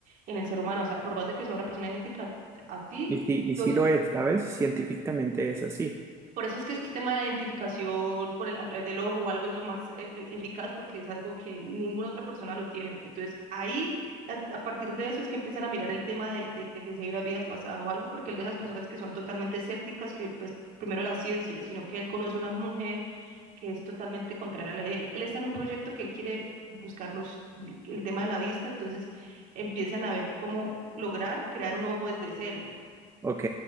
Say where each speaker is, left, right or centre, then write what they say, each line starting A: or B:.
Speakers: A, on the right; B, on the right.
A: en el ser humano. O sea, por más de que sea una persona idéntica a ti,
B: Y sí, y
A: los
B: sí lo es, ¿sabes? Científicamente es así.
A: por eso es que este tema de la identificación por el, a través del ojo o algo es lo más efe- eficaz porque es algo que ninguna otra persona lo tiene. Entonces, ahí, a, a partir de eso, es que empiezan a mirar el tema de, de- de que si hay unas vidas pasadas o algo, porque él de esas personas que son totalmente escépticas, que pues primero la ciencia, sino que él conoce una mujer que es totalmente contraria a la de él. Él está en un proyecto que él quiere buscar los, el tema de la vista, entonces empiezan a ver cómo lograr crear un ojo desde cero
B: Ok,